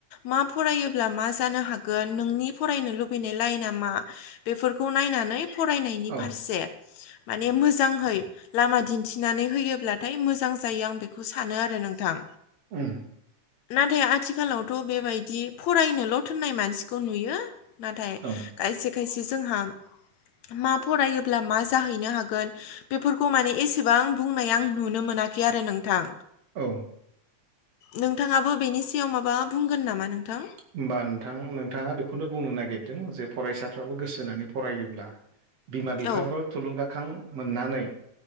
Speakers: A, on the left (about 75°); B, on the right (about 60°).
A: मा फरायोब्ला मा जानो हागोन नोंनि फरायनो लुबैनाय लाइना मा बेफोरखौ नायनानै फरायनायनि
B: औ उम
A: फारसे
B: ओं
A: माने मोजाङै लामा दिन्थिनानै होयोब्लाथाय मोजां जायो आं बेखौ सानो आरो नोंथां
B: उम
A: नाथाय आथिखालावथ' बेबायदि फरायनोल' थोननाय मानसिखौ नुयो नाथाय
B: औ
A: खायसे खायसे जोंहा मा फरायोब्ला मा जाहैनो हागोन बेफोरखौ माने एसेबां बुंनाय आं नुनो मोना- खै आरो नोंथां।
B: औ
A: नोंथाङाबो बेनि सायाव माबा बुंगोन नामा नोंथां
B: होमबा नोंथां नोंथाङा बेखौनो बुंनो नागिरदों जे फरायसाफ्राबो गोसो होनानै फरायोब्ला बिमा बिफाफ्राबो
A: औ
B: थुलुंगाखां मोननानै